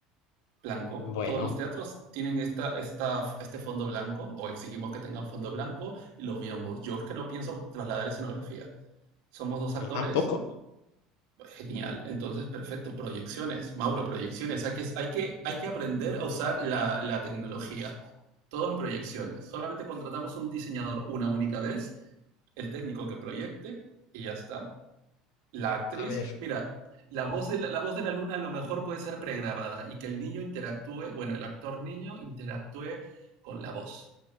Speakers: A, on the right (about 75°); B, on the left (about 85°).
A: blanco.
B: Bueno,
A: Todos los teatros tienen esta, esta, este fondo blanco o exigimos que tengan fondo blanco y los vemos. Yo es que no pienso trasladar escenografía. Somos dos
B: yo
A: actores,
B: tampoco.
A: genial, entonces perfecto, proyecciones, Mauro, proyecciones. Hay que, hay que, hay que aprender a usar la, la tecnología. Todo en proyecciones. Solamente contratamos un diseñador una única vez, el técnico que proyecte y ya está. La actriz,
B: A ver,
A: mira, la voz, de la, la voz de la luna a lo mejor puede ser pregrabada y que el niño interactúe, bueno, el actor niño interactúe con la voz